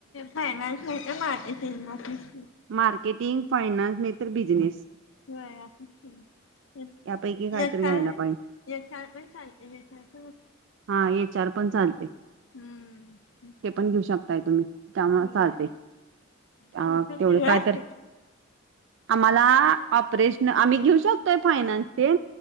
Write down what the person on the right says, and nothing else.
मार्केटिंग फायनान्स नाहीतर बिझनेस
यापैकी काय
तर
घ्यायला पाहिजे.
चार पण चा ते
पण घेऊ शकताय तुम्ही त्यामुळे
चालते अ
तेवढी काय
तर आम्हाला
आ प्रश्न आम्ही घेऊ शकतो फायनान्सचे